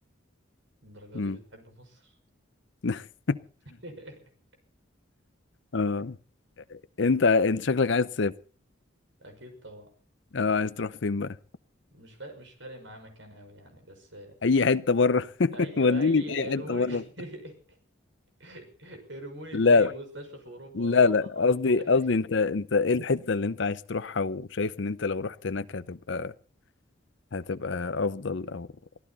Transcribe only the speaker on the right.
الدرجة
دي بتحب مصر
<laughs>
اكيد طبعا
مش فا... مش فارق معاه مكان قوي يعني بس
ايوه
اي
قرموني
<laughs> <laughs> ارموني
في اي مستشفى في اوروبا
انا هتصرف
<laughs>